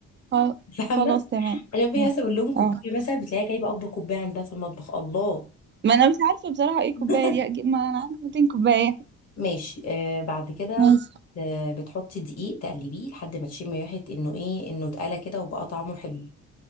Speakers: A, on the right; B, on the left.
A: خل-
B: <laughs> فاهمه
A: خلاص تمام
B: انا في
A: اه
B: ناس اقول لهم كوبايه
A: آه.
B: مثلا بتلاقيها جايبه اكبر كوبايه عندها في المطبخ الله
A: ما انا مش عارفه بصراحه ايه
B: <laughs>
A: كوبايه دي اجيب ما انا عندي 200 كوبايه
B: ماشي آه بعد كده
A: ماشي
B: آه بتحطي دقيق تقلبيه لحد ما تشمي ريحه انه ايه انه اتقلى كده وبقى طعمه حلو